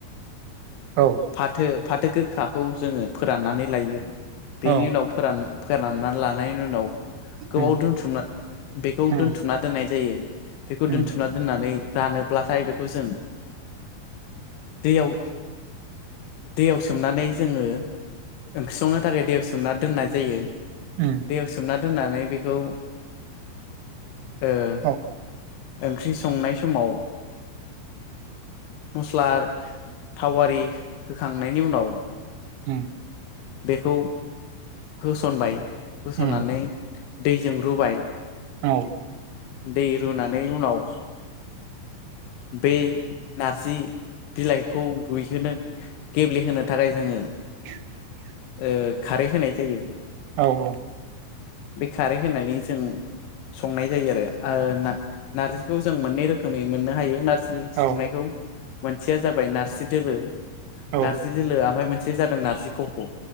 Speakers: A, on the right (about 75°); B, on the left (about 70°).
A: औ
B: फाथो फाथो गोखाखौ जोङो फोराननानै लायो
A: औ
B: बेनि उनाव फोरान फोरानना लानायनि उनाव
A: उम
B: गोबाव दोनथुमना बेखौ
A: उम
B: दोनथुमना दोननाय जायो। बेखौ
A: उम
B: दोनथुमना दोननानै रानोब्लाथाय बेखौ जों दैयाव दैयाव सोमनानै जोङो ओंख्रि संनो थाखाय दैयाव सोमना दोननाय जायो।
A: उम
B: दैयाव सोमना दोननानै बेखौ ओ
A: औ
B: ओंख्रि संनाय समाव मस्ला थावारि होखांनायनि उनाव
A: हम
B: बेखौ होसनबाय होसननानै
A: उम
B: दै जों रुबाय
A: औ
B: दै रुनानै उनाव बे नारजि बिलाइखौ रुइहोनो गेब्लेहोनो थाखाय जोङो
A: <unintelligible>
B: ओ खारै होनाय जायो।
A: औ औ
B: बे खारै होनानै जों संनाय जायो आरो ना-नारजिखौ जों मोननै रोखोमै मोननो हायो नारजि
A: औ
B: संनायखौ मोनसेया जाबाय नारजि दोलो
A: औ
B: नारजि दोलो हमबाय मो मोनसे जादों नारजि खफ'